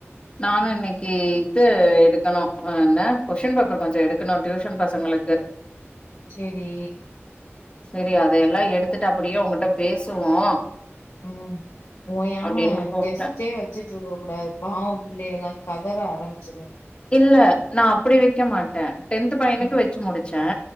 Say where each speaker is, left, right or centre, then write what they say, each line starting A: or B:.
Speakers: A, on the left; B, on the left.
A: நானு இன்னக்கி இது எடுக்கணு என்ன கொஸின் பேப்பர் கொஞ்சோ எடுக்கணு டியூசன் பசங்களுக்கு
B: சேரி
A: சேரி அதெல்லா எடுத்துட்டு அப்பிடியே உங்கிட்ட பேசுவோ
B: ம் ஓயாம
A: அப்டின்னு கூப்ட்டே
B: டெஸ்டே வச் ச்சிட்டு இருக்கக் கூடாது பாவோ பிள்ளை எல்லா கதற ஆரம்பச்சிருக்கங்க
A: இல்ல நா அப்பிடி வைக்கமாட்டே டென்த் பையனுக்கு
B: ம்
A: வச்சி முச் ச்ச